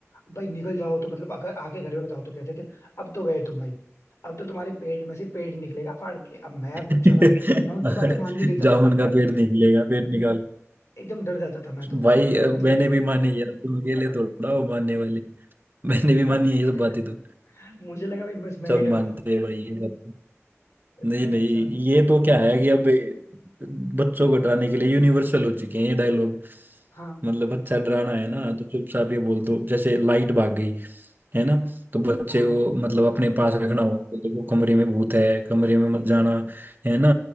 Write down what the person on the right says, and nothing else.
<laughs>
जामुन
का पेट निकलेगा पेट निकाल
भाई अब
मैंने भी मानी यार तुम अकेले थोड़ा हो मानने वाले मैंने भी
मानी है ये सब
बातें तो
सब
मानते हैं भाई ये बात
नहीं नहीं
ये तो क्या है कि अब बच्चों को डराने के लिए यूनिवर्सल हो चुके हैं ये डायलॉग
मतलब बच्चा डराना है ना तो चुपचाप ये बोल दो जैसे लाइट भाग गई है ना तो बच्चे
को मतलब अपने पास रखना हो तो देखो कमरे में भूत है कमरे में मत जाना है ना